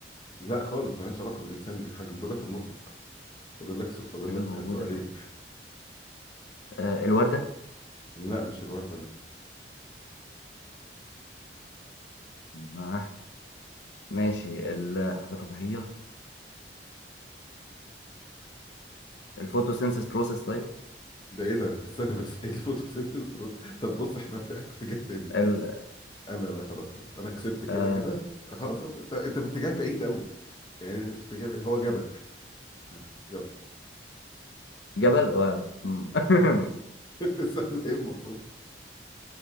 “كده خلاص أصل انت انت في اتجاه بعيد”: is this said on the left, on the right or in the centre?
Left